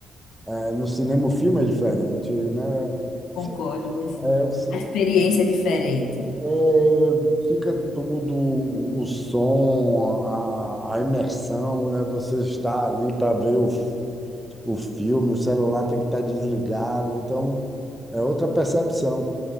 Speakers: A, in the centre; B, on the left.
A: eh, no cinema o filme é diferente, né?
B: Concordo,
A: Fi-
B: mas sim.
A: é, o ci-
B: A experiência é diferente.
A: é, fica tudo, o o som, a, a imersão, né? Você está ali para ver o, f- o filme, o celular tem que estar desligado, então é outra percepção.